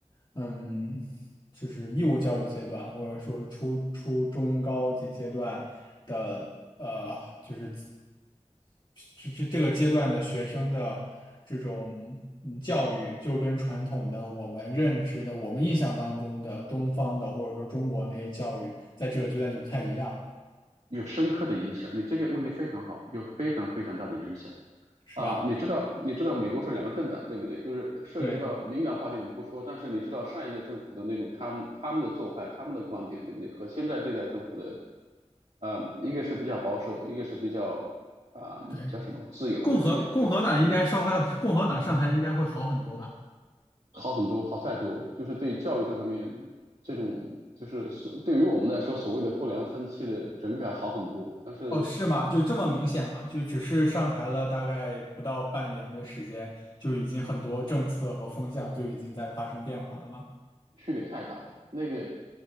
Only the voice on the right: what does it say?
有深刻的影响。你这个问题非常好，有非常非常大的影响
啊、你知道你知道美国是两个政党对不对？就是涉及到敏感话题我们不说，
但是你知道上一届政府的那种他们他们的做派、他们的观点对不对？和现在这代政府的。呃，一个是比较保守，一个是比较啊、
叫什么自由，
对不对？就是好很多，好太多了。就是对教育这方面，这种就是所对于我们来说所谓的不良风气的整改好很多，但是
区别太大了。那个